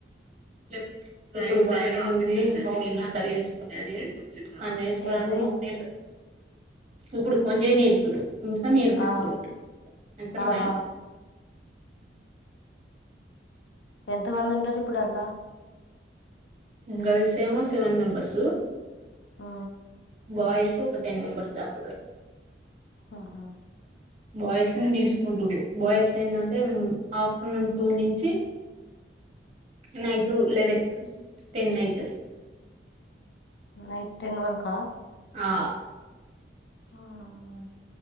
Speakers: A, on the right; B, on the left.
A: లెఫ్ట్ ఇప్పుడు బానే ఉంది ఇంకా ఉన్న అడ్డలు చేయిచుకునేది పని చేసుకోడానికి
B: ఏంటిది
A: మూడేలు ఇప్పుడు కొంజే నీర్కుడు ఇంకా నేర్పిస్తురు
B: ఆ
A: అక్కరవాయ్
B: ఆహా ఎంతమంది ఉంటారు ఇప్పుడల్లా
A: గల్స్ ఏమో సెవెన్ మెంబర్సు
B: ఆ
A: బాయిస్ ఒక టెన్ మెంబర్స్ దాకురు
B: ఆహా
A: బాయ్స్ ని తీసుకుంటుర్రు బాయ్స్ ఏంటంటే ఆఫ్టర్నూన్ టూ నుంచి నైటు లెవెన్ టెన్ అయితది
B: నైట్ టెన్ వరకా
A: ఆ
B: ఆ అవునవున్